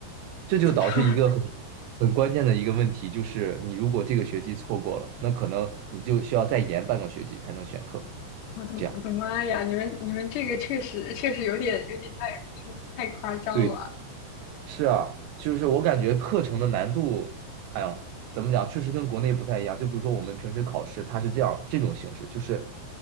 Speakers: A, on the right; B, on the left.
A: 这就导致一个很很关键的一个问题，
B: 怎么
A: 就是你如果这个学期错过了，那可能你就需要再延半个学期才能选课，
B: 我的我的妈呀！
A: 这样。
B: 你们你们这个确实确实有点有点太太太夸张了。
A: 对。是啊，就是我感觉课程的难度，哎呦，怎么讲，确实跟国内不太一样。就比如说我们平时考试，它是这样这种形式，就是